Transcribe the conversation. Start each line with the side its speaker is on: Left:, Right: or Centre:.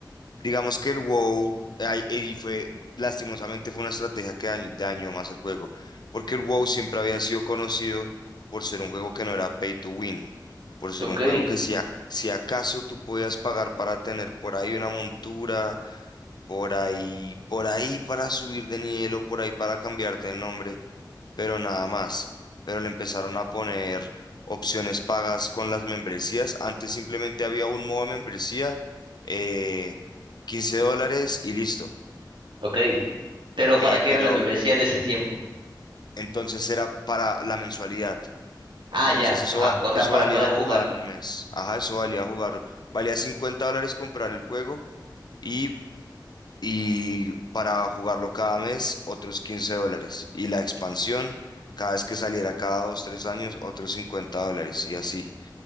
Left: Digamos que el WoW ay, y fue, lastimosamente fue una estrategia que dañ- dañó más el juego, porque el WoW siempre había sido conocido por ser un juego que no era pay to win, por ser
Right: Ok,
Left: un juego que si, a- si acaso tú podías pagar para tener por ahí una montura, por ahí, por ahí para subir de nivel o por ahí para cambiarte el nombre pero nada más. Pero le empezaron a poner opciones pagas con las membresías. Antes simplemente había un modo de membresía, eh, 15 dólares y listo.
Right: ok. Pero
Left: Eh,
Right: ¿para qué
Left: pero
Right: era la membresía de ese tiempo?
Left: entonces era para la mensualidad. Entonces
Right: Ah, ya,
Left: eso,
Right: ajá.
Left: va-
Right: O sea,
Left: eso
Right: para
Left: valía
Right: poder
Left: jugar
Right: jugar.
Left: un mes. Ajá, eso valía jugar. Valía 50 dólares comprar el juego y, y para jugarlo cada mes otros 15 dólares. Y la expansión, cada vez que saliera cada dos, tres años, otros 50 dólares y así.